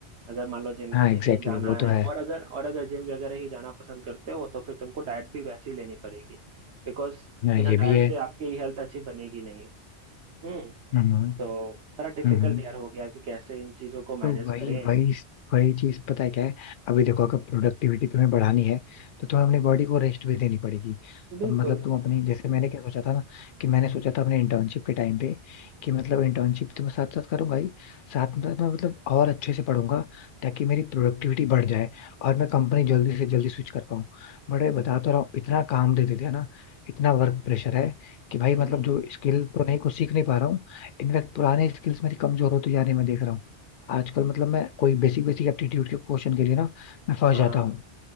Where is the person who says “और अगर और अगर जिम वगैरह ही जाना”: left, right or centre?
Right